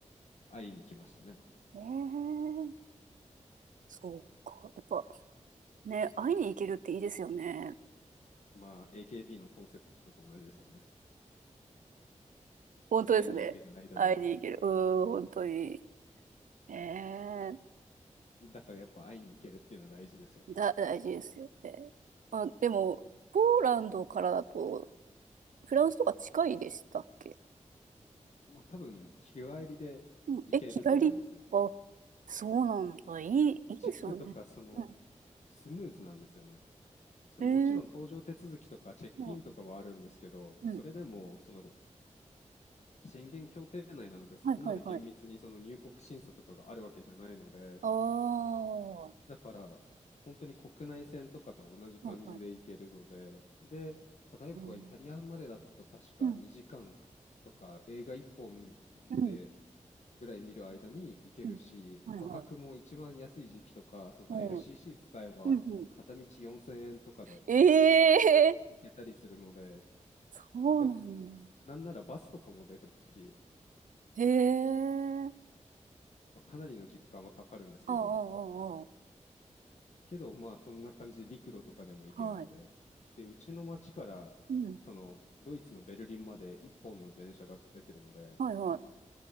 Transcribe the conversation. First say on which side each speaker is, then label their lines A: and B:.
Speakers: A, on the left; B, on the right.
A: 会いに来ましたね。
B: ええそうか。やっぱね、会いに行けるっていいですよね。
A: まあ、AKB のコンセプトと同じですよね。
B: 本当ですね。
A: 会いに行けるアイドル。
B: 会いに行ける。うーん、本当に。ええ
A: だからやっぱ会いに行けるっていうのは大事ですよね。
B: だ、大事ですよね。あ、でも、ポーランドからだと、フランスとか近いでしたっけ
A: まあ、多分、日帰りで行けると思いますね。
B: うん、え、日帰りあ、そうなんだ。いい、いいですよね。
A: チェックとか、その、
B: うん。
A: スムーズなんですよね。そのもちろん搭乗手続きとかチェックインとかはあるんですけど、
B: ええうん、うん。
A: それでもその宣言協定内なので、そこまで厳密にその入国審査とかがあるわけじゃないので、
B: はいはいはい。ああ、は
A: だから本当に国内線とかと同じ感じで行けるので、
B: いはい。
A: で、例えばイタリアまでだと確か2時間とか映画1本で
B: うん、うん、うん、
A: ぐらい見る間に行けるし、
B: うん。はいはい。
A: 価格も一番安い時期とか、その
B: うん
A: LCC 使えば片道4000円とかで
B: うんうん。ええー
A: 行けたりするので、
B: そうなんだ。
A: だ、なんならバスとかも出てますし、
B: へえ。
A: まあ、かなりの時間はかかるんですけど、
B: ああ、ああ、あ
A: けどまあそんな感じで陸路とかでも行けるので、
B: あ。はい。
A: で、うちの町からそのドイツのベルリンまで1本の電車が出てるので、
B: うん。はい、はい。